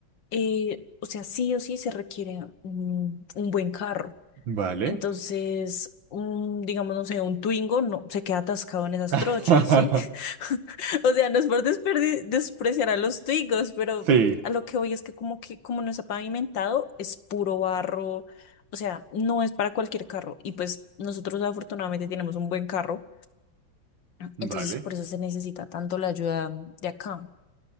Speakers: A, on the left (about 70°); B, on the right (about 75°).
A: eh, o sea, sí o sí se requiere un un buen carro.
B: Vale.
A: Entonces, un, digamos, no sé, un Twingo no, se queda atascado en esas
B: <laughs>
A: trochas, ¿sí? <laughs> O sea, no es por desperdi- despreciar a los Twingos, pero
B: Sí,
A: a lo que voy es que como que como no está pavimentado, es puro barro. O sea, no es para cualquier carro. Y pues nosotros afortunadamente tenemos un buen carro.
B: vale.
A: Entonces, por eso se necesita tanto la ayuda de acá.